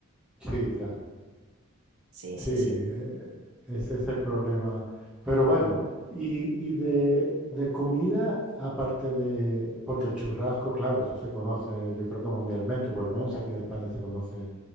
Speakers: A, in the centre; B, on the right.
A: Sí, claro.
B: Sí,
A: Sí,
B: sí,
A: eh,
B: sí.
A: ese es el problema. Pero bueno, y, y de, de comida, aparte de, porque el churrasco, claro, eso se conoce, yo creo que mundialmente, o por lo menos aquí en España se conoce